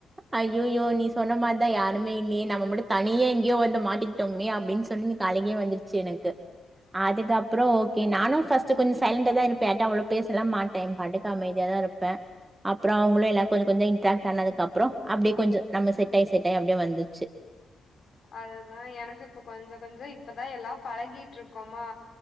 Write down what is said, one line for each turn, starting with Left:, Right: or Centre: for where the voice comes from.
Right: அயையோ நீ சொன்ன மாரிதா யாருமே இல்லயே நம்ம மட்டு தனியே எங்கயோ வந்து மாட்டி ட்டோமே அப்டின் சொல்லி அழுகயே வந்துடுச்சு எனக்கு அதுக்கப்புற ஓகே நானு பர்ஸ்ட் கொஞ் சைலண்டாதா இருப்பே யார்டையு அவ்ளோ பேசலா மாட் டைம் பாட்டுக்க அமைதியாதா இருப்பே அப்புற அவங்களு எல்லா கொஞ்ச கொஞ்ச இன்ட்ராக்ட் ஆனதுக்கு அப்புற அப்டியே கொஞ்ச நம்ம செட் ஆயி செட் ஆயி அப்டியே வந்துச்சு
Left: அதுதா எனக்கு இப்ப கொஞ்ச கொஞ்ச இப்பதா எல்லா பழகிட்ருக்கோமா